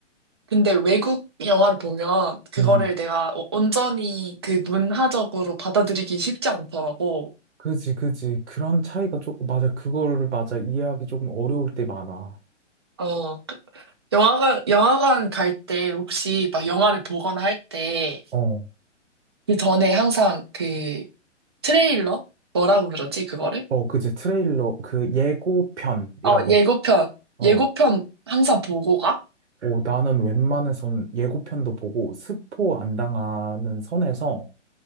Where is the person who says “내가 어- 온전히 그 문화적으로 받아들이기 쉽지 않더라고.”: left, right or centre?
Right